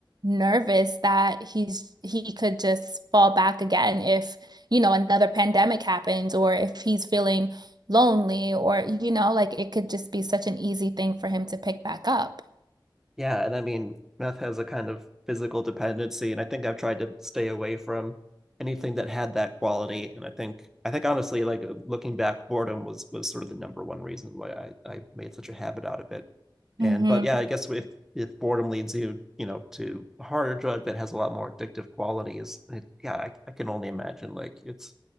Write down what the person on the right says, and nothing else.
nervous that he's he could just fall back again if, you know, another pandemic happens or if he's feeling lonely or, you know, like it could just be such an easy thing for him to pick back up.
hmm